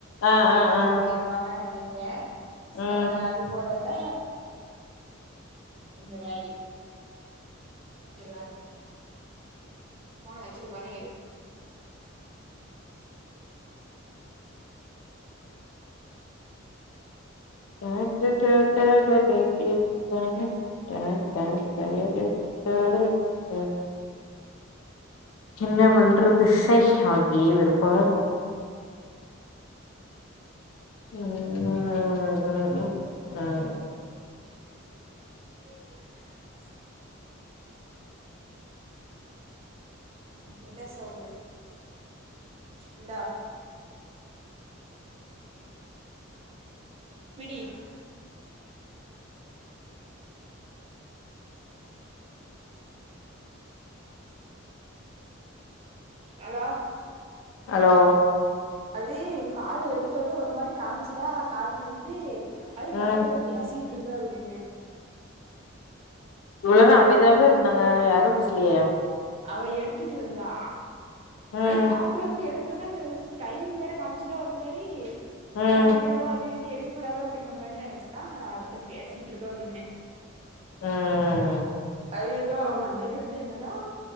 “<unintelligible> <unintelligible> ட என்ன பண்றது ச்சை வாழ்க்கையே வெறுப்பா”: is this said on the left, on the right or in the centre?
Left